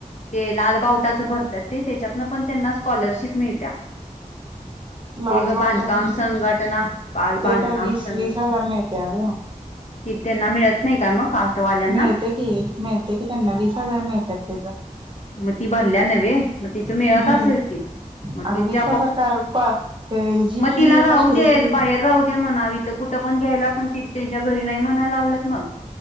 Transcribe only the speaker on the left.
ते लालबावटाच भरतात ते त्याच्यातन पण त्यांना स्कॉलरशिप मिळत्या.
तेघ बांधकाम
संघटना बाल
बांधकाम
संघ
कि त्यांना मिळत नाही का मग कास्टवाल्यांना.
म ती भरल्या् नव्हे. मग तिचं मिळत
असेल की मग
तिच्या
प
मग
तिला राहू
दे्त बाहेर राहू दे् म्हणाव हित कुठं पण घ्यायला पण त च्या घरी नाही म्हणायला लागत मग.